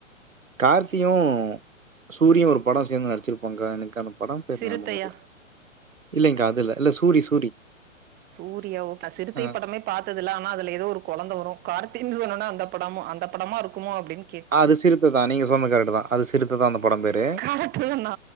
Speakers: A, on the right; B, on the right.
A: கார்த்தியு சூரியு ஒரு படோ சேந்து நடிச்சிருப்பாங்கா எனக்கு அந்த படோ பேர்
B: சிறுத்தையா
A: ஞாபகம் வர்ல இல்லங்கா அது இல்ல இல்ல சூரி சூரி
B: சூரியா ஓ பா சிறுத்தை
A: ஆ
B: படமே பாத்தது இல்ல ஆனா அதுல ஏதோ ஒரு கொழந்தை வரோ கார்த்தினு சொன்ன உடனே அந்த படமு அந்த படமா இருக்குமோ அப்டீன்
A: அது சிறுத்ததா நீங்க சொன்னது கரெக்டுதா அது சிறுத்ததா அந்த படம் பேரு
B: பாக்கல நா